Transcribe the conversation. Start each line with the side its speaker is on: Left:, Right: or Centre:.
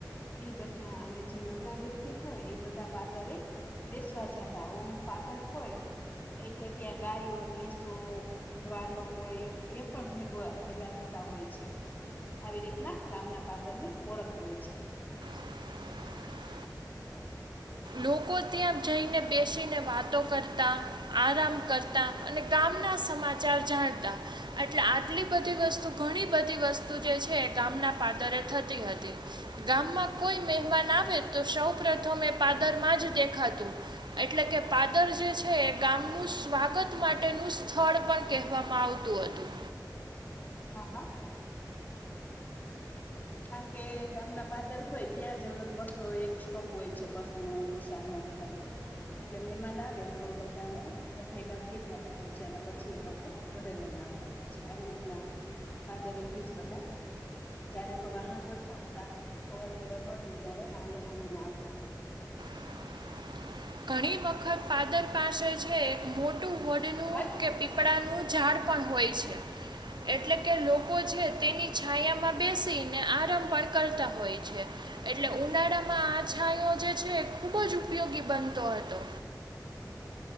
Left: એ બધા અને જે નવરા વ્યક્તિ હોય એ બધા પાદરે બેસવા જતા ઓમ પાદર હોય એટલે ત્યાં ગાયો ભેંસોરવાડલો કોઈ, એ પણ ભેગ ભેગા થતા હોય છે. આવી રીતના, ગામના પાદરની ઓળખ હોય છે.
Right: <unintelligible> લોકો ત્યાં જઈને બેસીને વાતો કરતા, આરામ કરતા અને ગામના સમાચાર જાણતા. એટલે આટલી બધી વસ્તુ, ઘણી બધી વસ્તુ જે છે, ગામના પાદરે થતી હતી. ગામમાં કોઈ મહેમાન આવે, તો સૌ પ્રથમ એ પા પાદરમાં જ દેખાતું. એટલે કે પાદર જે છે એ ગામનું સ્વાગત માટેનું સ્થળ પણ કહેવામાં આવતું હતું.
Left: હા હા કારણકે ગામના પાદર હોય, ત્યાં જ લગભગ તો એક સ્ટોપ હોય છે, બસનો, રિક્ષાનો. બધાનું. એટલે મેમાન આવે, તો બધાને ત્યાં ભેગા થઈ જાતા હોય છે, અને પછી એ લોકો ઘરે લઈને આવતા હોય છે, આવી રીતના પાદરેથી જ બધા જ્યારે તો વાહન ઓછા હતા, અવર જવર નહોતી, ત્યારે હાલી હાલીને આવતા જતા હતા.
Right: <unintelligible> ઘણી વખત પાદર પાસે છે, એક મોટું વડનું
Left: હા
Right: કે પીપળાનું ઝાડ પણ હોય છે. એટલે કે, લોકો છે તેની છાયામાં બેસીને આરામ પણ કરતા હોય છે. એટલે ઉનાળામાં આ છાંયો જે છે, એ ખુબ જ ઉપયોગી બન તો હતો.